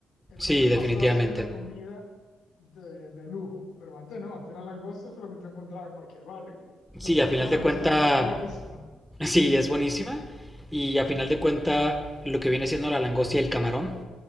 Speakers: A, on the left; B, in the centre.
A: Entonces
B: sí, definitivamente.
A: pasó a ser una comida de, de lujo. Pero antes no, antes la langosta es lo que tú encontrabas en cualquier barrio.
B: Sí,
A: Pero para
B: a final
A: mí la langosta
B: de cuenta,
A: es buenísima.
B: sí, es buenísima. Y a final de cuenta, lo que viene siendo la langosta y el camarón